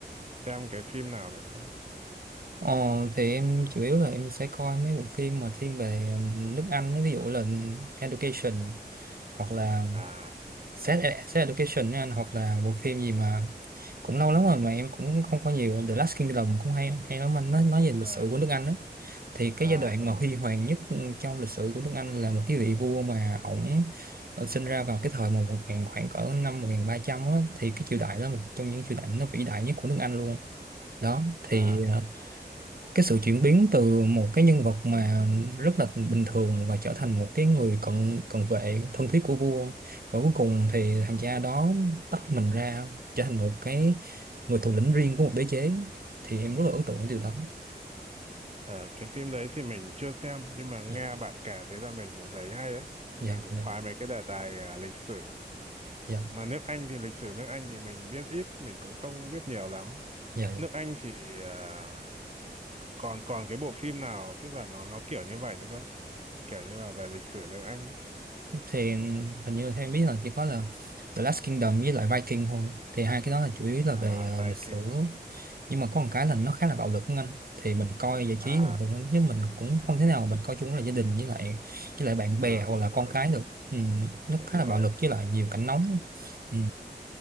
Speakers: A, on the right; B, on the right.
A: xem cái phim nào được không
B: Ờ, thì em chủ yếu là em sẽ coi mấy bộ phim mà thiên về nước Anh ấy, ví dụ là Education hoặc là
A: à
B: Sex, Ed- Sex Education ấy anh hoặc là bộ phim gì mà cũng lâu lắm rồi mà em cũng không có nhiều The Last Kingdom cũng hay hay lắm anh nói nói về lịch
A: ờ,
B: sử của nước Anh đó thì
A: à
B: cái giai đoạn
A: ờ,
B: mà huy hoàng nhất trong lịch sử của nước Anh là một cái vị vua mà ổng ờ, sinh ra vào cái thời mà một ngàn khoảng cỡ năm 1300 á thì cái triều đại đó là một trong những triều đại nó vĩ đại nhất của nước Anh luôn đó thì
A: à
B: ờ, cái sự chuyển biến từ một cái nhân vật mà rất là bình thường và trở thành một cái người cận cận vệ thân thiết của vua và cuối cùng thì thằng cha đó tách mình ra trở thành một cái người thủ lĩnh riêng của một đế chế thì em rất là ấn tượng cái điều đó
A: ờ, cái phim đấy thì mình chưa xem nhưng mà nghe
B: dạ
A: bạn kể thế là mình cũng thấy hay ấy
B: dạ
A: mình cũng
B: dạ
A: khoái mấy cái đề tài à, lịch sử
B: dạ
A: mà nước Anh thì lịch sử nước Anh thì mình biết ít mình cũng không biết nhiều lắm
B: dạ dạ
A: nước Anh thì à, còn còn cái bộ phim nào tức là nó nó kiểu như vậy nữa không kiểu như là về lịch sử nước Anh
B: thì hình như theo em biết là chỉ có là The Last Kingdom với lại Viking thôi thì hai cái đó là chủ yếu là
A: à
B: về ờ,
A: Viking
B: lịch sử nhưng mà có một cái là nó khá là bạo lực của anh thì mình coi giải
A: à
B: trí bình thường nhưng mình cũng không thể nào mình coi chung là gia đình với lại với lại bạn
A: à
B: bè hoặc
A: đúng
B: là
A: rồi
B: con cái
A: đúng rồi
B: được ừ, nó
A: đúng
B: khá
A: rồi
B: là bạo lực với lại nhiều cảnh nóng ừ,